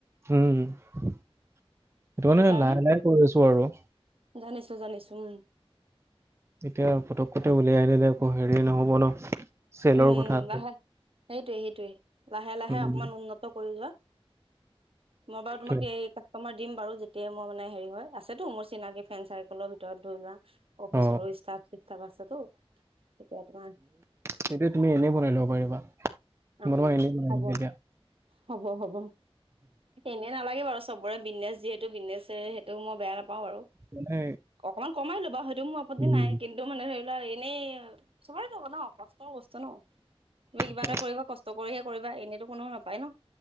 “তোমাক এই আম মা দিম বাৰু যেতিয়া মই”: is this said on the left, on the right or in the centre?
Right